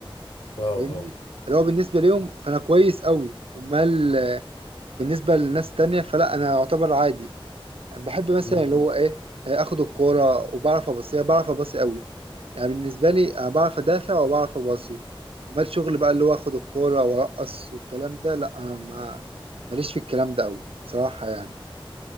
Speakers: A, on the left; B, on the right.
A: اه
B: فاهمني
A: اه
B: اللي هو بالنسبه ليهم فانا كويس قوي امال آه، بالنسبه لناس تانية فلا انا اعتبر عادي بحب مثلا
A: امم
B: اللي هو ايه آه، اخد الكوره وبعرف ابصيها بعرف ابصي قوي يعني بالنسبه لي انا بعرف ادافع وبعرف ابصي امال شغل بقى اللي هو اخد الكوره وارقص والكلام ده لا أنا ما ماليش في الكلام ده قوي بصراحه يعني